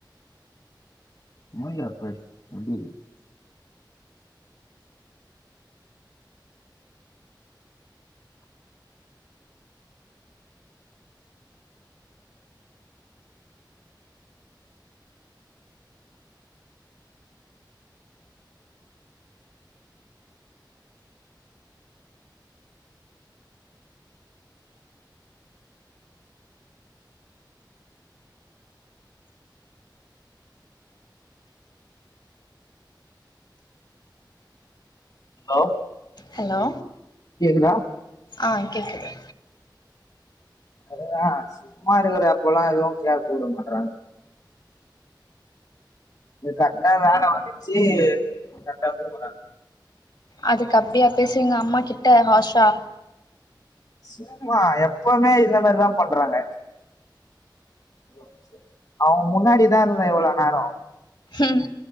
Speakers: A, on the left; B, on the left.
A: மூஞ்சப்பார் எப்படி இருக் ஹலோ
B: ஹலோ
A: கேக்குதா
B: ஆ கேக்குது
A: அதுதா சும்மா இருக்கிற அப்பல்லா எதுவு கேக் கூட மாட்றாங்க இது கர்ட்டா வேல வந்துச்சு கர்ட்டா கூப்புறாங்க
B: அதுக்கு அப்டியா பேசுவிங்க அம்மா கிட்ட ஹாஷா
A: சும்மா எப்பவுமே இந்த மாரிதா பண்றாங்க <unintelligible> அவுங்க முன்னாடிதா இருந்த இவ்ளோ நேரோ
B: ம்